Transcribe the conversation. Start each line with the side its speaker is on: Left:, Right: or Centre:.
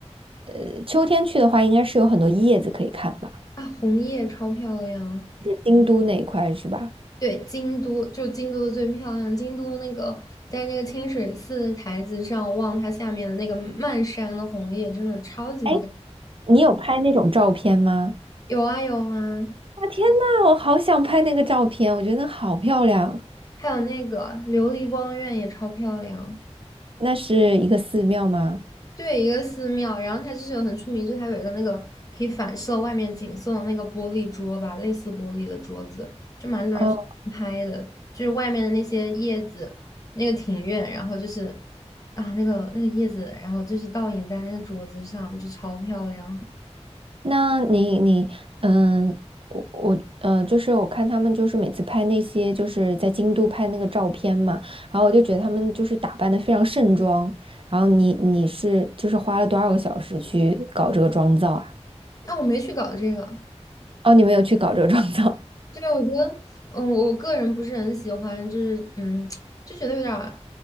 Right: 呃，秋天去的话，应该是有很多叶子可以看吧？
Left: 啊，红叶超漂亮。
Right: 是京都那一块是吧？
Left: 对，京都就京都的最漂亮，京都那个在那个清水寺的台子上望它下面的那个漫山的红叶，真的超级有感。
Right: 哎，你有拍那种照片吗？
Left: 有啊有啊，
Right: 啊，天呐，我好想拍那个照片，我觉得好漂亮。
Left: 还有那个琉璃光院也超漂亮，
Right: 那是一个寺庙吗？
Left: 对，一个寺庙，然后它就是有很出名，就是它有一个那个可以反射外面景色的那个玻璃桌吧，类似玻璃的桌子，就蛮多人去拍的，
Right: 哦，
Left: 就是外面的那些叶子，那个庭院，然后就是啊那个那个叶子，然后就是倒影在那个桌子上，就超漂亮。
Right: 那你你嗯，我我呃，就是我看他们就是每次拍那些就是在京都拍那个照片嘛，然后我就觉得他们就是打扮的非常盛装，然后你你是就是花了多少个小时去搞这个妆造啊？
Left: 但我没去搞这个，
Right: 哦，你没有去搞这个妆造，
Left: 对，我觉得，嗯，我个人不是很喜欢，就是，嗯，就觉得有点儿，